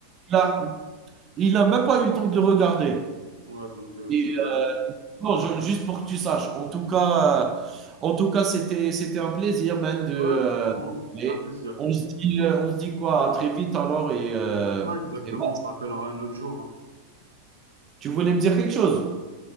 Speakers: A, on the right; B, on the right.
A: Il a, il a même pas eu le temps de le regarder.
B: Ouais, donc euh,
A: Et
B: c'est ouais.
A: euh, non, je- juste pour que tu saches. En tout cas, euh, en tout cas, c'était, c'était un plaisir, man, de,
B: Ouais,
A: euh,
B: franchement,
A: parler.
B: c'était un plaisir.
A: On se dit, euh, on se dit quoi? À très vite alors et, euh,
B: Ouais, exactement.
A: et voilà.
B: On se rappellera un autre jour. hein.
A: Tu voulais me dire quelque chose?